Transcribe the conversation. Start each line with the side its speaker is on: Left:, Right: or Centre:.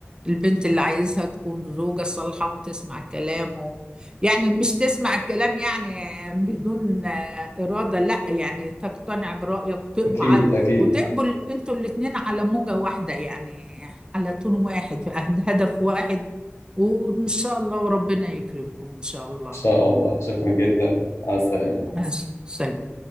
Right: البنت اللي عايزها تكون زوجة صالحة وتسمع الكلام و... يعني مش تسمع الكلام يعني بدون آه، إرادة لا يعني تقتنع برأيك وتقبل
Left: اكيد اكيد
Right: وتقبل انتوا الاتنين على موجة واحدة يعني على تون واحد عند هدف واحد وإن شاء الله وربنا يكرمكم إن شاء الله
Left: ان شاء الله شكرا جدا مع السلامه
Right: آه، سلام